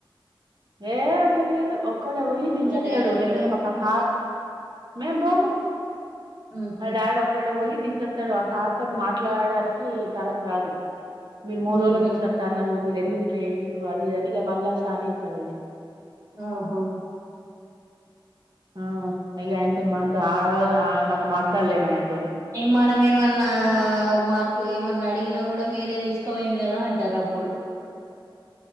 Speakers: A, on the right; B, on the right.
A: ఏ అందల్లేదు ఒక్కడే బొయి దించొత్తడు
B: వాళ్ళ డాడీ ఒక్కడేనా
A: లేకుంటే మాకాస మేం బోము
B: ఉహు
A: మా డాడ్ ఒక్కడే బొయి దించొత్తడు ఆ సార్తోని మా ట్లాడడానికి తరం గాదు మీరు మూడు
B: ఉహు
A: రోజులకి తీస్కత్త అన్నారు మీరెందుకు ఇట్ల చేసిర్రు అది అని ఇగ మళ్ళా స్టార్ట్ చేత్తడు ఆయన
B: ఆహా
A: ఆ అయ్యాయన్తోని మనతొ ఆ మనం మాట్లాడలేము ఆయనతోని
B: మనఏమన్నా మనకు ఏమన్నా అడిగినా గూడా మీరే తీసుకపోయిండ్రు గదా అంటారు అప్పుడు